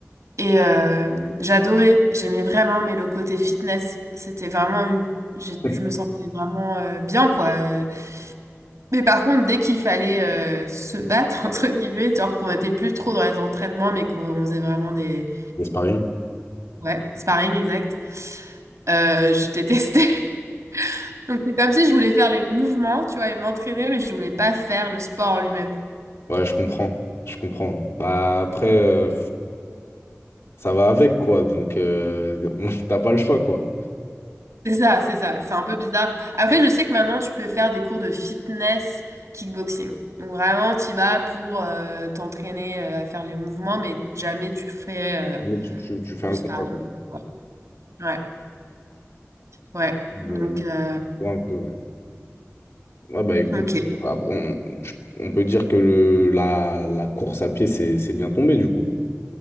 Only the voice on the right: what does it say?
Et euh, j'adorais. J'aimais vraiment, mais le côté fitness, c'était vraiment une. j'ai-
Je me sentais vraiment euh, bien, quoi. euh, Mais par contre, dès qu'il fallait euh, se battre, <laughs> entre guillemets, genre qu'on était plus trop dans les entraînements, mais qu'on on faisait vraiment des...
Ouais, sparring, exact. Euh, je détestais. <laughs> Donc c'est comme si je voulais faire les mouvements, tu vois, et m'entraîner, mais je voulais pas faire le sport en lui-même.
C'est ça, c'est ça. C'est un peu bizarre. Après, je sais que maintenant, tu peux faire des cours de fitness kickboxing. Donc vraiment, tu vas pour euh, t'entraîner euh, à faire les mouvements, mais jamais tu fais euh,
du
sparring.
Ouais. Ouais. Ouais.
Donc, euh,
ok.